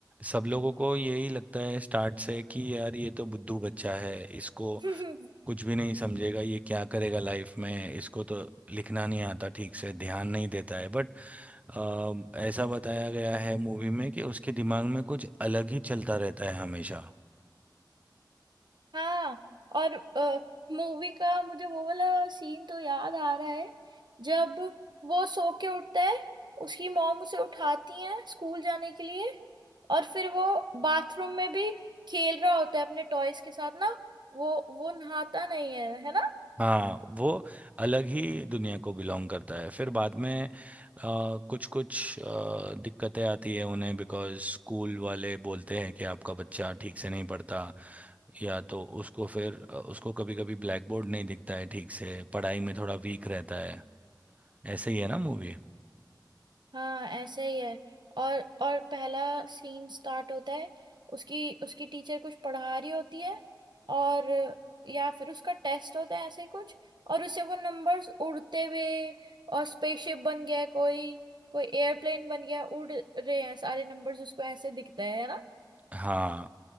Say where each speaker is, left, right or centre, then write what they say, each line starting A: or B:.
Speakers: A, on the right (about 20°); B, on the right (about 70°).
A: सब लोगों को यही लगता है स्टार्ट से कि यार ये तो बुद्धू बच्चा है इसको
B: <laughs>
A: कुछ भी नहीं समझेगा ये क्या करेगा लाइफ में इसको तो लिखना नहीं आता ठीक से ध्यान नहीं देता है बट ऐसा बताया गया है मूवी में कि उसके दिमाग में कुछ अलग ही चलता रहता है हमेशा
B: हाँ और मूवी का मुझे वो वाला सीन तो याद आ रहा है जब वो सो के उठता है उसकी मॉम उसे उठाती है स्कूल जाने के लिए और फिर वो बाथरूम में भी खेल रहा होता है अपने टॉयज के साथ ना वो वो नहाता नहीं है है ना
A: हाँ वो अलग ही दुनिया को बिलोंग करता है फिर बाद में कुछ कुछ दिक्कतें आती है उन्हें बिकॉज स्कूल वाले बोलते हैं कि आपका बच्चा ठीक से नहीं पढ़ता या तो उसको फिर अ, उसको कभी कभी ब्लैक बोर्ड नहीं दिखता है ठीक से पढ़ाई में थोड़ा वीक रहता है ऐसे ही है ना मूवी
B: हाँ ऐसे ही है और और पहला सीन स्टार्ट होता है उसकी उसकी टीचर कुछ पढ़ा रही होती है और या फिर उसका टेस्ट होता है ऐसे ही कुछ और उसे वो नंबर्स उड़ते हुए और स्पेसशिप बन गया है कोई कोई एयरप्लेन बन गया उड़ रहे हैं सारे नंबर्स उसको ऐसे दिखता है है ना
A: हाँ